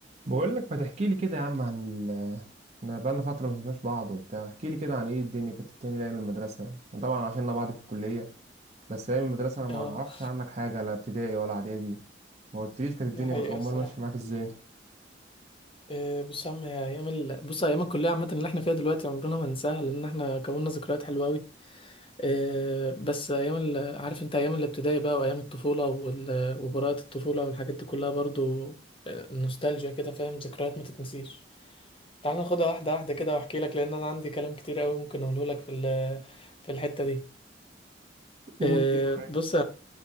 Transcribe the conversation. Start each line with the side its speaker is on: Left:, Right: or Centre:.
Right: بقول لك ما تحكي لي كده يا عم عن ال... انا بقالنا فتره ما شفناش بعض وبتاع احكي لي كده عن ايه الدنيا كنت بتعمل ايه من المدرسه أنا طبعا عشاننا بعض في الكليه بس ايام المدرسه انا ما
Left: اه
Right: عرفتش عنك حاجه لا ابتدائي ولا اعدادي ما قلتليش كانت
Left: دي
Right: الدنيا
Left: حقيقة
Right: مع- امال
Left: الصراحة
Right: ماشيه معاك ازاي
Left: آه، بص يا عم يا ايام ال... بص ايام الكلية عامة اللي احنا فيها دلوقتي عمرنا ما ننساها لان احنا كوننا ذكريات حلوة قوي آه، بس ايام ال... عارف انت ايام الابتدائي بقى وايام الطفولة وال... وبراءة الطفولة والحاجات دي كلها برضو آه، نوستالجيا كده فاهم ذكريات ما تتنسيش تعال ناخدها واحدة واحدة كده واحكي لك لان انا عندي كلام كتير قوي ممكن اقوله لك في ال... في الحتة دي
Right: قول
Left: آه،
Right: كده
Left: بص